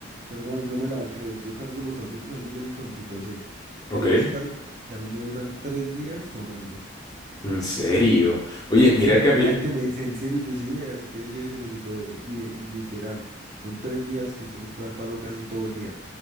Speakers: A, on the right; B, on the left.
A: pero mano, no me la va a creer. Yo cargo los audífonos, ellos vienen con tipo C.
B: Ok.
A: Yo los cargo y a mí me duran tres días sonando.
B: ¿En serio? Oye,
A: En
B: mira
A: serio,
B: que
A: a mí
B: a mí,
A: la gente me dice, en serio, yo sí vea así que lléveselos y pruébelo. Y, y literal, son tres días que usted les puede dar palo casi todo el día.